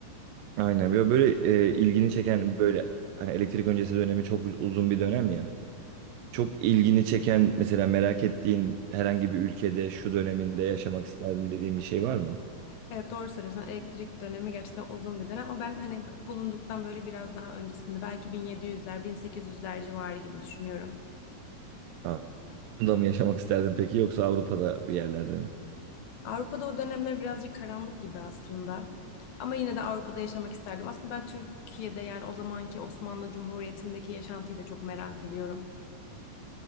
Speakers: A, on the right; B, on the left.
A: Aynen böyle, böyle e, ilgini çeken böyle hani elektrik öncesi dönemi çok uz- uzun bir dönem ya. Çok ilgini çeken mesela merak ettiğin herhangi bir ülkede şu döneminde yaşamak isterdim dediğin bir şey var mı?
B: Evet doğru söylüyorsun. Elektrik dönemi gerçekten uzun bir dönem ama ben hani bulunduktan böyle biraz daha öncesinde belki 1700'ler, 1800'ler civarı gibi düşünüyorum.
A: Avrupa'da mı yaşamak isterdin peki yoksa Avrupa'da bir yerlerde mi?
B: Avrupa'da o dönemler birazcık karanlık gibi aslında. Ama yine de Avrupa'da yaşamak isterdim. Aslında ben Türkiye'de yani o zamanki Osmanlı Cumhuriyeti'ndeki yaşantıyı da çok merak ediyorum.